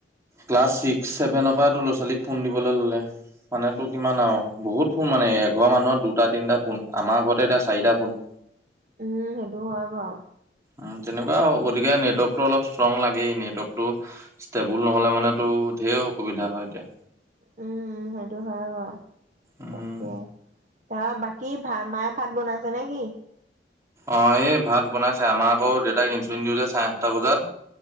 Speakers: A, on the right; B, on the right.
A: ক্লাছ ছিক্স ছেভেনৰ পৰাই তোৰ ল'ৰা ছোৱালীক ফোন দিবলৈ ল'লে, মানে তোৰ কিমান আৰু বহুত ফোন মানে এঘৰ মানুহৰ দুটা তিনিটা ফোন, আমাৰ ঘৰতে এতিয়া চাৰিটা ফোন।
B: উম সেইটো হয় বাৰু।
A: উম তেনেকুৱা আৰু গতিকে নেটৱৰ্কটো অলপ ষ্ট্ৰং লাগেই নেটৱৰ্কটো ষ্টেবুল নহ'লে মানে তেওঁৰ ধেৰ অসুবিধা হয় এতিয়া।
B: উম উম সেইটো হয় বাৰু,
A: উম।
B: তাকে। ত, বাকী ভাত মায়ে ভাত বনাইছে নে কি?
A: অঁ, এই ভাত বনাইছে আমাক আকৌ দেউতাক ইনচুলিন দিওঁ যে চাৰে আঠটা বজাত।